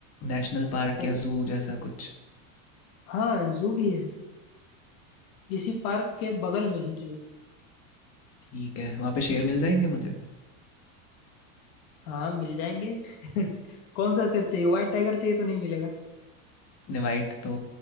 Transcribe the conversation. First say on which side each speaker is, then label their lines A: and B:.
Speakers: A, on the left; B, on the left.
A: नेशनल पार्क
B: क्या
A: या
B: चीज
A: जू जैसा कुछ
B: हाँ जू भी है इसी पार्क के बगल में ही जू
A: ठीक है वहाँ पे शेर मिल जाएंगे मुझे
B: हाँ मिल जाएंगे <laughs> कौन सा सर चाहिए व्हाइट टाइगर चाहिए तो नहीं मिलेगा
A: वाइट तो